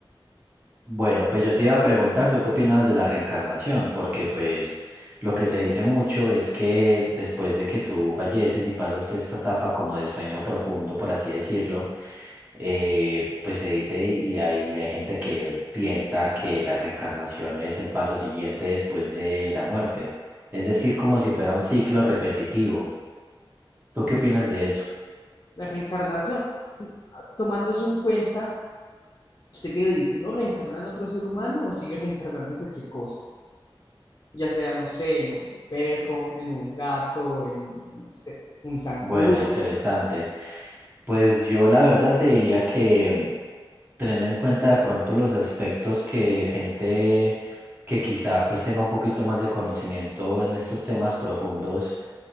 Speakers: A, on the right; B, on the left.
A: Bueno, pues yo te iba a preguntar, ¿tú qué opinabas de la reencarnación? Porque pues lo que se dice mucho es que después de que tú falleces y pasas esta etapa como de sueño profundo, por así decirlo, eh, pues se dice y hay, hay gente que piensa que la reencarnación es el paso siguiente después de la muerte. Es decir, como si fuera un ciclo repetitivo. ¿Tú
B: Mm,
A: qué opinas de eso?
B: La reencarnación. Tomándose en cuenta, ¿usted qué dice? ¿Uno reencarna en otro ser humano o sigue reencarnando en cualquier cosa? ya sea, no sé, en un perro, en un gato, en, no sé, un zancudo?
A: Bueno, interesante. Pues yo la verdad te diría que mm, teniendo en cuenta de pronto los aspectos que gente que quizá pues tenga un poquito más de conocimiento en estos temas profundos